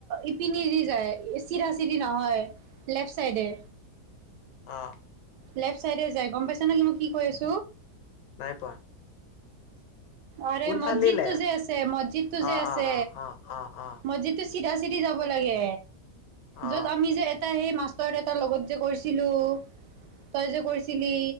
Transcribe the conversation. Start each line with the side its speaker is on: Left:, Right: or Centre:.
Right: ইপিনি দি যায় চিধা চিধি নহয় লেফ্ট চাইডে।
Left: অ
Right: লেফট চাইডে য গম পাইছ
Left: নাই পোৱা
Right: অৰে
Left: কোনফালে
Right: মছজিদতটো
Left: লেফ্ট
Right: যে আছে মছজিদ তটো যে
Left: অ
Right: আছে
Left: অ অ অ অ অ
Right: মছজিদ। চিধা চিধি যাব লাগে।
Left: অ অ
Right: য'ত আমি যে- এ সেই মাষ্টৰ দেউটাৰ লগত যে গৈছিলো- তই জে কৰিছিলি